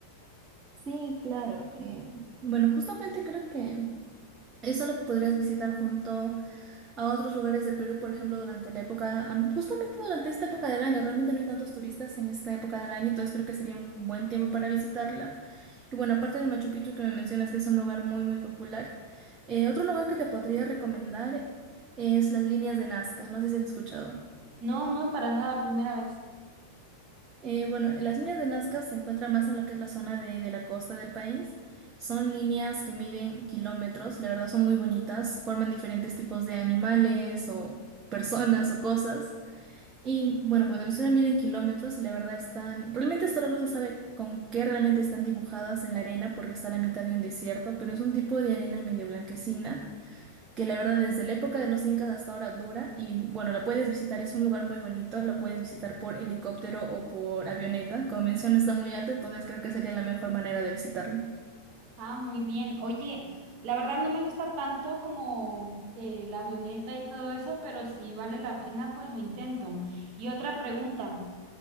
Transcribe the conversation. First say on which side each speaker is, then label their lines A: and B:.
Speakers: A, on the right (about 25°); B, on the right (about 40°).
A: Sí, claro. eh, Bueno, justamente creo que eso lo podrías visitar junto a otros lugares de Perú, por ejemplo, durante la época, am- justamente durante esta época del año, realmente no hay tantos turistas en esta época del año, entonces creo que sería un buen tiempo para visitarla. Y bueno, aparte de Machu Picchu que me mencionas que es un lugar muy, muy popular, eh, otro lugar que te podría recomendar es las líneas de Nazca, no sé si has escuchado.
B: No, no, para nada, primera vez.
A: Eh, bueno, las líneas de Nazca se encuentran más en lo que es la zona de, de la costa del país. Son líneas que miden kilómetros, la verdad son muy bonitas, forman diferentes tipos de animales o personas o cosas. Y bueno, cuando mencionan miden kilómetros y la verdad están, realmente hasta ahora no se sabe con qué realmente están dibujadas en la arena porque está a la mitad de un desierto, pero es un tipo de arena medio blanquecina que la verdad desde la época de los incas hasta ahora dura y bueno, la puedes visitar, es un lugar muy bonito, la puedes visitar por helicóptero o por avioneta, como menciono está muy alto, entonces creo que sería la mejor manera de visitarlo.
B: Ah, muy bien. Oye, la verdad no me gusta tanto como eh, la avioneta y todo eso, pero si vale la pena, pues lo intento. Y otra pregunta,